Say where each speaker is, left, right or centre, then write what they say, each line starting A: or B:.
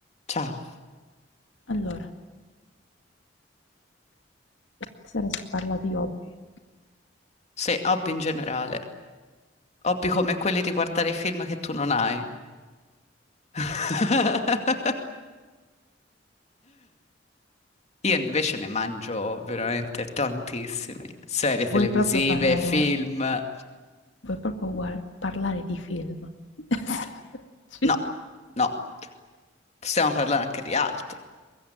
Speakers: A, on the left (about 35°); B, on the left (about 85°).
A: Ciao.
B: Allora, stasera si parla di hobby.
A: Sì, hobby in generale. Hobby come quelli di guardare film che tu non hai. <laughs> Io invece ne mangio veramente tantissimi. Serie televisive,
B: Vuoi proprio parlare,
A: film.
B: vuoi proprio guar- parlare di film? <laughs> Sì.
A: No, no, possiamo parlare anche di altro.